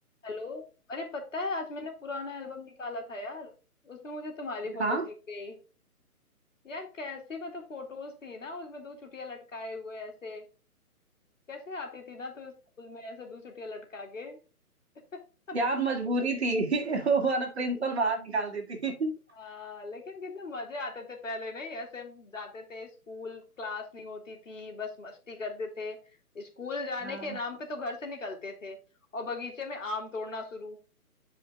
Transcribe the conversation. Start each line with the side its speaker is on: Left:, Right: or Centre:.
Left: Hello अरे पता है आज मैंने पुराना एल्बम निकाला था यार उसमें मुझे तुम्हारी फोटो
Right: हाँ,
Left: दिख गई यार कैसी मतलब फोटोज थी ना उसमें दो चुटिया लटकाए हुए ऐसे कैसे आती थी ना तू स्कूल में ऐसे दो चुटिया लटका के <laughs>
Right: यार मजबूरी थी <laughs> वरना प्रिंसिपल बाहर निकाल देती
Left: हाँ लेकिन कितने मजे आते थे पहले नहीं ऐसे हम जाते थे स्कूल क्लास नहीं होती थी बस मस्ती करते थे स्कूल जाने
Right: हाँ
Left: के नाम पे तो घर से निकलते थे और बगीचे में आम तोड़ना शुरू